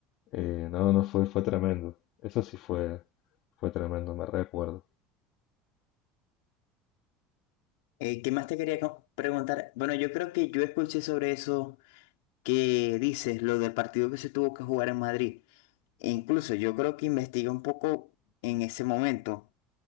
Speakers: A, on the left (about 55°); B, on the left (about 80°).
A: Eh, no, no fue, fue tremendo. Eso sí fue, fue tremendo, me recuerdo.
B: Eh, ¿qué más te quería co- preguntar? Bueno, yo creo que yo escuché sobre eso que dices, lo del partido que se tuvo que jugar en Madrid. E incluso yo creo que investigué un poco en ese momento,